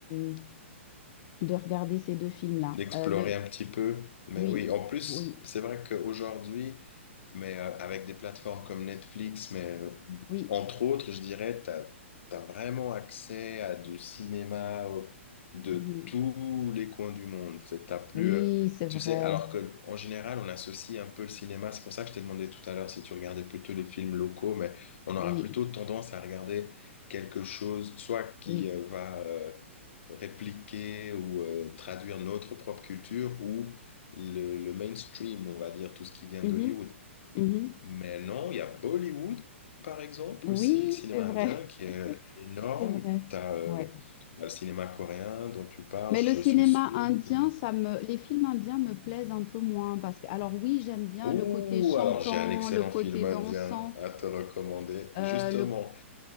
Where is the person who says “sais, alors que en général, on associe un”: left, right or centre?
Left